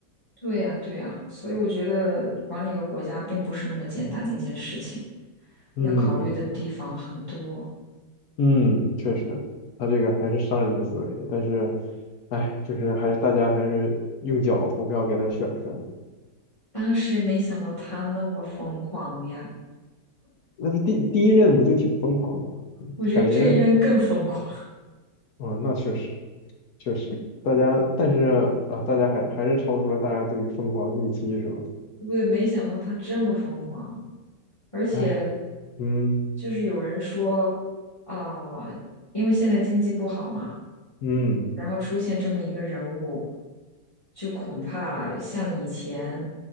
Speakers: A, on the left; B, on the left.
A: 对呀对呀，所以我觉得管理一个国家并不是那么简单的一件事情，
B: 嗯
A: 要考虑的地方很多。
B: 嗯，确实，他这个还是商人的思维，但是，哎，就是还是大家还是用脚投票给他选出来的。
A: 当时没想到他那么疯狂呀，
B: 那是第第一任不就挺疯狂的吗？
A: 我觉得这一任更疯狂。
B: 感觉，嗯，那确实确实，大家但是呃，大家还还是超出了大家对于疯狂的预期，是吧？
A: <laughs> 对，没想到他这么疯狂，而且
B: 哎，嗯
A: 就是有人说啊、因为现在经济不好嘛。
B: 嗯，
A: 然后出现这么一个人物，就恐怕像以前，